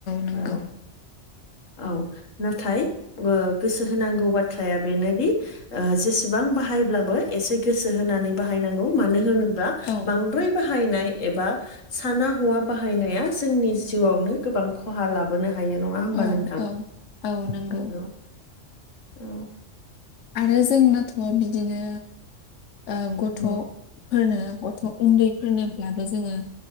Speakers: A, on the left (about 70°); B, on the left (about 85°).
A: नंगौ
B: औ। औ नाथाय। गोसो होनांगौ बाथ्राया बेनोदि जेसेबां बाहायब्लाबो एसे गोसो होनांगौ। नाने बाहाय नांगौ मानो होनोबा
A: औ
B: बांद्राय बा हायनाय एबा साना हौवा बाहायनाया जोंनि जिउआवनो गोबां खहा लाबोनो हायो नंङा होमबा
A: औ
B: नोंथां
A: औ औ नंगौ
B: औ औ
A: आरो जोंनाथ' बिदिनो ओ
B: औ
A: गथ' फोरनो गथ' उन्दैफोरनोब्लाबो जोंङो